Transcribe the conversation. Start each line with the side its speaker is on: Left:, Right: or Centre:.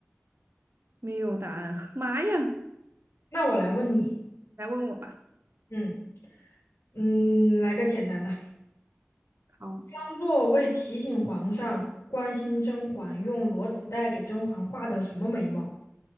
Right: 没有答案。<laughs> 妈呀！
Left: 那我来问你，
Right: 来问我吧。
Left: 嗯嗯，来个简单的。
Right: 好，
Left: 当若为提醒皇上关心甄嬛，用裸子带给甄嬛画的什么眉毛？